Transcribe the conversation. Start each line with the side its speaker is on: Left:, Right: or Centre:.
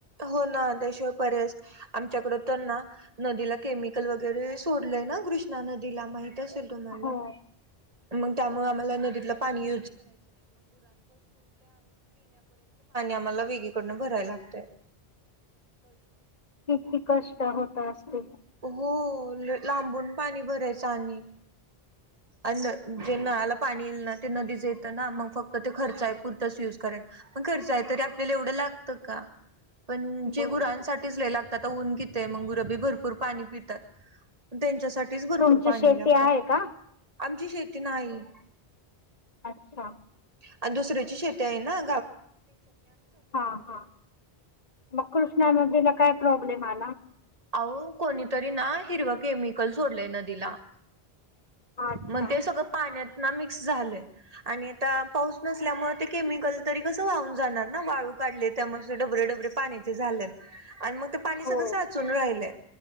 Right: हो ना त्याशिवाय पर्यास आमच्याकड तर ना नदीला केमिकल वगैरे सोड ना कृष्णा नं दिला माहित असेल तुम्हाला
Left: हो
Right: मग त्यामुळे आम्हाला आणि आम्हाला वेगळीकडून भराय लागत
Left: किती कष्ट होत असते
Right: हो लांबून पाणी भरायचं आणि असं जे नळाला पाणी येईल ना ते नदीच येतं ना मग फक्त ते खर्च आहे पुरताच युज करायल खर्च आहे त आपल्याला एवढं लागत का पण जे
Left: बरोबर
Right: गुरांसाठीच लय लागतात ऊन घिते मग गुरबी भरपूर पाणी पितात त्यांच्य
Left: तुमची शेती आहे का
Right: आमची शेती नाही
Left: अच्छा
Right: आ दुसऱ्याची शेत आहे ना
Left: हा हा मग कृष्णा नदीला काय प्रॉब्लेम आ
Right: अहो कोणीतरी ना हिरव केमिकल सोडलंय नदीला
Left: अच्छा
Right: मग ते सगळं पाण्यात ना मिक्स झालंय आणि आता पाऊस नसल्यामुळे ते केमिकल तरी कस वा जाणार न वाळू काढले ढाबर डबरे पाण्याचे जात्यात आणि मग ते पाणी सगळं
Left: हो
Right: साचून राहिलय